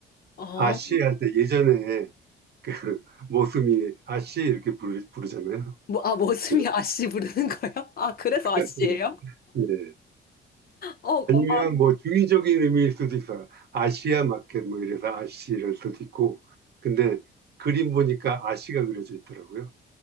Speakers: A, on the left (about 50°); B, on the right (about 55°).
A: 어.
B: 아씨 할 때 예전에 그 <laughs> 모습이 아씨 이렇게 부르, 부르잖아요.
A: 뭐, 아, 머슴이
B: 그,
A: 아씨 부르는 거예요? 아, 그래서 아씨예요?
B: 예. 예.
A: 어, 어,
B: 아니면 뭐 중의적인 의미일 수도 있어요. 아시아 마켓 뭐 이래서 아씨 이럴 수도 있고. 근데 그림 보니까 아씨가 그려져 있더라고요.